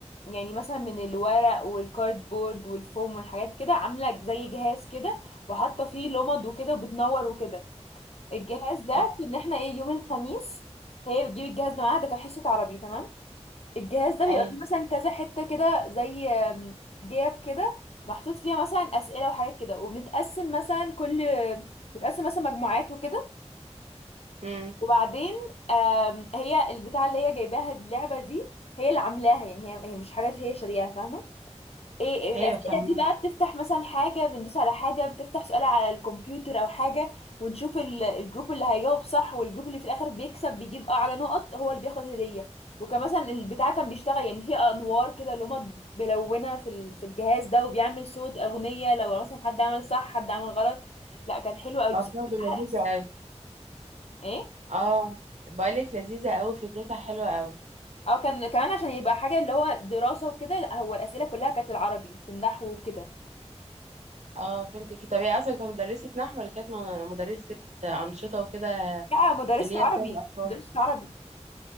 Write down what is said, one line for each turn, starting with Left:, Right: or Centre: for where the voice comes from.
Left: يعني مثلا من الورق والكاردبورد والفوم والحاجات كده عاملة زي جهاز كده وحاطة فيه لمض وكده وبتنور وكده الجهاز ده
Right: اه
Left: كنا احنا ايه يوم الخميس هي بتجيب الجهاز ده معاها ده كان حصة عربي تمام الجهاز ده بيبقى
Right: ايوه
Left: فيه مثلا كذا حتة كده زي آم، جياب كده محطوط فيها مثلا أسئلة وحاجات كده وبنتقسم مثلا كل بنتقسم مثلا مجموعات وكده
Right: امم
Left: وبعدين آم، هي البتاعة اللي هي جايباها اللعبة دي هي اللي عاملاها يعني هي هي مش حاجات هي شارياها فاهمة ايه إيه
Right: ايوه
Left: الاسئله
Right: فاهمة
Left: دي بقى بتفتح مثلا حاجه بندوس على حاجه بتفتح سؤال على الكمبيوتر او حاجه ونشوف ال- الجروب اللي هيجاوب صح والجروب اللي في الاخر بيكسب بيجيب اعلى نقط هو اللي بياخد هديه وكان مثلا البتاع كان بيشتغل يعني في انوار كده اللي هما ملونه في ال- في الجهاز ده وبيعمل صوت اغنيه لو مثلا حد عمل صح حد عمل غلط لا كان حلو قوي بس
Right: الله
Left: كانت
Right: دي
Left: احلى
Right: لذيذة
Left: حصه
Right: قوي
Left: ايه
Right: اه بقولك لذيذة قوي فكرتها حلوة قوي
Left: اه كان كمان عشان يبقى حاجه اللي هو دراسه وكده لا هو الاسئله كلها كانت العربي في النحو وكده
Right: اه فهمتك طب هي اصلا كانت مدرسة نحو ولا كانت م- مدرسة أنشطة وكده
Left: لا مدرسه
Right: اللي هي
Left: عربي
Right: بتعمل أطفال
Left: مدرسه عربي